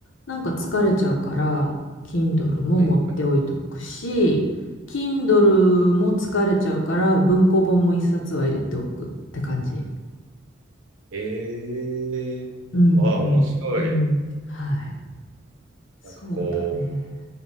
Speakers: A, on the left; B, on the right.
A: なんか疲れちゃうから、Kindle も持っておいとくし、
B: はいはい
A: Kindle も疲れちゃうから、文庫本も一冊は入れておくって感じ。
B: えー、
A: うん、
B: あー、
A: うん、
B: 面白い。
A: うん。はい。そうだね。
B: なんかこ